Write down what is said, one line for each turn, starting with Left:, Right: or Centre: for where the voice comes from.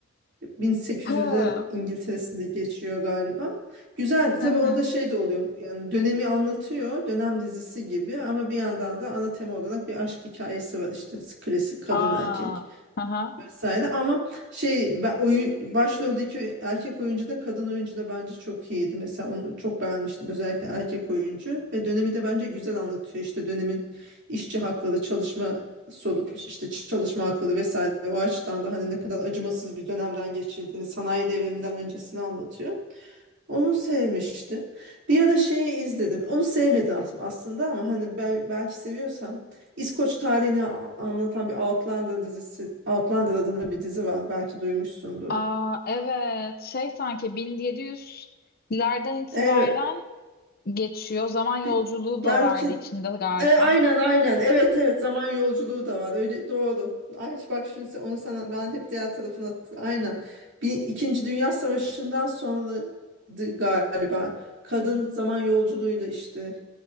Right: 1800'ler
Left: Hı.
Right: İngiltere'sinde geçiyor galiba. Güzeldi. Tabii
Left: Hı hı.
Right: orada şey de oluyor. Yani dönemi anlatıyor. Dönem dizisi gibi ama bir yandan da ana tema olarak bir aşk hikayesi var işte. Klasik kadın
Left: Aa.
Right: erkek
Left: Hı hı.
Right: vesaire ama şey ben oyu- başroldeki erkek oyuncu da kadın oyuncu da bence çok iyiydi. Mesela onu çok beğenmiştim özellikle erkek oyuncu ve dönemi de bence güzel anlatıyor. İşte dönemin işçi hakları, çalışma solu işte ç- çalışma hakları vesaire o açıdan da hani ne kadar acımasız bir dönemden geçildiğini sanayi devriminden öncesini anlatıyor. Onu sevmiştim. Bir ara şeyi izledim. Onu sevmedim as- aslında ama hani bel belki seviyorsam İskoç tarihini a- anlatan bir Outlander dizisi, Outlander adında bir dizi var. Belki duymuşsundur.
Left: Aa, evet şey sanki bin yedi yüzlerden itibaren
Right: Evet,
Left: geçiyor. Zaman yolculuğu
Right: bi- belki
Left: da vardı içinde galiba.
Right: E, aynen aynen. Evet evet zaman yolculuğu da var. Öyle doğru. Ay bak şimdi sen- onu sana ben hep diğer tarafına aynen. Bir İkinci Dünya Savaşı'ndan sonra galiba kadın zaman yolculuğuyla işte